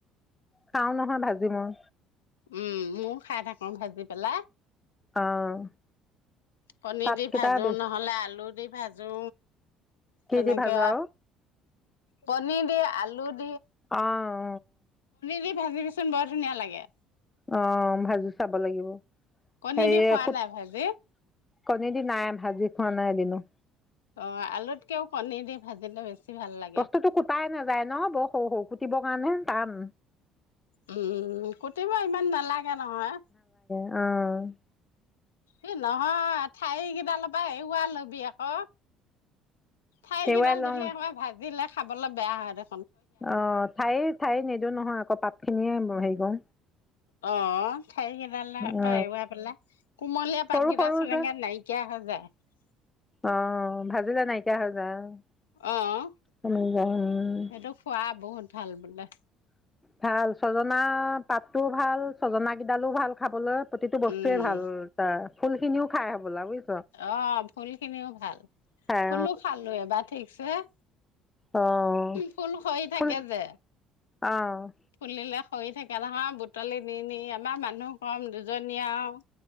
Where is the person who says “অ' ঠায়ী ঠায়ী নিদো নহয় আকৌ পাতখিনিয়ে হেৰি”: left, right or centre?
Left